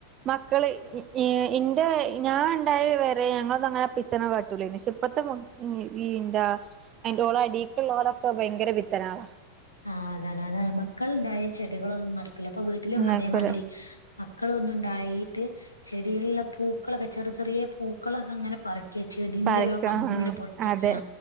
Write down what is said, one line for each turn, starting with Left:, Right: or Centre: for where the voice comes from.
Right: മക്കള് ഈ ഇന്റെ ഞാൻ ഇണ്ടായ വരെ ഞങ്ങളൊന്നും അങ്ങനെ പിത്തന കാട്ടൂലേനി പക്ഷേ ഇപ്പത്തെ ഈ ന്റ അയി ഓളെ അടീക്കുള്ളോലൊക്കെ ഭയങ്കര പിത്തനളാ
Left: ആ അതാണ് അതാണ് മക്കള് ണ്ടായ ഈ ചെടികളൊന്നും നടക്കില്ല അപ്പൊ വീട്ടില് മ്മ
Right: നടക്കൂല
Left: അതേമാതിരി മക്കള് ഒന്ന് ഇണ്ടായിട്ട് ചെടിയിൽള്ള പൂക്കളൊക്കെ ചെറ് ചെറീയ പൂക്കളൊക്കെ ങ്ങനെ പറി ചെടിന്റോരോ
Right: പരക്ക
Left: കമ്പ്
Right: ആഹ്
Left: ഇങ്ങനെ പൊട്ടിക്ക
Right: അതെ